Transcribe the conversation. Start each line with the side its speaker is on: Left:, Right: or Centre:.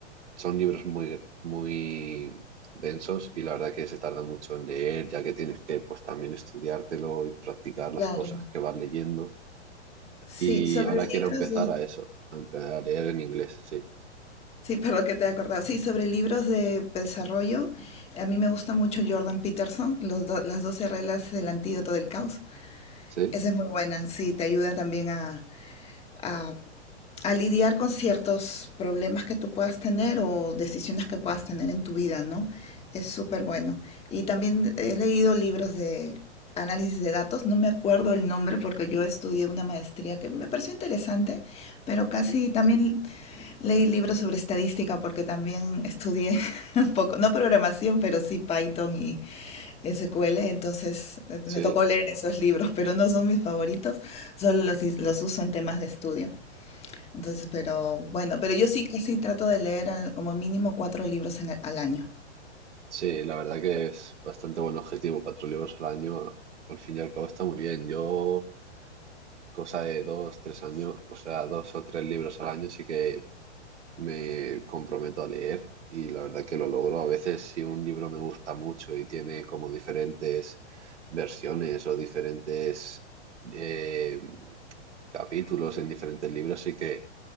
Right: son libros muy, muy densos y la verdad que se tarda mucho en leer, ya que tienes que pues también estudiártelo y practicar las
Left: Claro.
Right: cosas que vas leyendo.
Left: Sí,
Right: Y
Left: sobre
Right: ahora
Left: libros
Right: quiero empezar
Left: de...
Right: a eso, a a leer en inglés, sí.
Left: Sí, perdón que te he acordado. Sí, sobre libros de desarrollo, a mí me gusta mucho Jordan Peterson, los do- las 12 reglas del antídoto del caos.
Right: ¿Sí?
Left: Esa es muy buena, sí, te ayuda también a, a a lidiar con ciertos problemas que tú puedas tener o decisiones que puedas tener en tu vida, ¿no? Es súper bueno. Y también he leído libros de análisis de datos, no me acuerdo el nombre porque yo estudié una maestría que me pareció interesante, pero casi
Right: Sí.
Left: también leí libros sobre estadística porque también estudié <laughs> un poco, no programación, pero sí Python y SQL, entonces eh,
Right: Sí.
Left: me tocó leer esos libros, pero no son mis favoritos, solo los, is- los uso en temas de estudio. Entonces, pero bueno, pero yo sí casi trato de leer al- como mínimo cuatro libros en- al año.
Right: Sí, la verdad que es bastante buen objetivo. Cuatro libros al año, al fin y al cabo, está muy bien. Yo, cosa de dos, tres años, o sea, dos o tres libros al año, sí que me comprometo a leer y la verdad que lo logro. A veces, si un libro me gusta mucho y tiene como diferentes versiones o diferentes eh, capítulos en diferentes libros, sí que